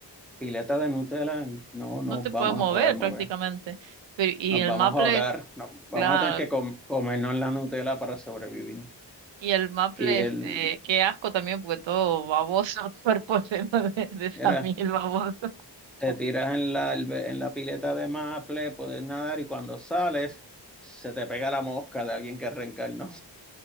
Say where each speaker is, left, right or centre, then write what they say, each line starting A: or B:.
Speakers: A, in the centre; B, on the right (about 85°).
A: pileta de Nutella, no nos
B: No te
A: vamos
B: puedes mover
A: a poder mover.
B: prácticamente. Pero, y
A: Nos
B: el
A: vamos
B: maple,
A: a ahogar, no, vamos
B: claro,
A: a tener que com- comernos la Nutella para sobrevivir.
B: y el maple,
A: Y él,
B: este, qué asco también, porque todo baboso, <laughs> cuerpo lleno de, de
A: era,
B: samil baboso, <laughs>
A: te tiras en la, albe- en la pileta de maple, puedes nadar y cuando sales, se te pega la mosca de alguien que reencarnó.